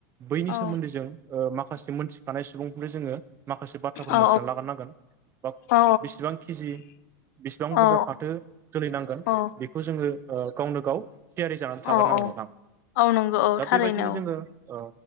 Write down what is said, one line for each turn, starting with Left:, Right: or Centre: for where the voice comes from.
Right: बै
Left: औ
Right: नि सोमोन्दै जों माखासे मोनथिखानाय सुबुंफोरनो जोङो माखासे बाथ्राफोर
Left: औ
Right: मोनथिना लागोरनांगोन। बा
Left: औ
Right: बेसेबां केजि बेसेबां
Left: औ
Right: बुरजा फाथो जोलै नांगोन
Left: औ
Right: बेखौ जोङो ओ गावनो गाव थियारि जानानै थागोरनांगोन
Left: औ औ
Right: नोथां।
Left: औ नंगौ औ
Right: दा
Left: थारैनो
Right: बेबायदिनो जोङो औ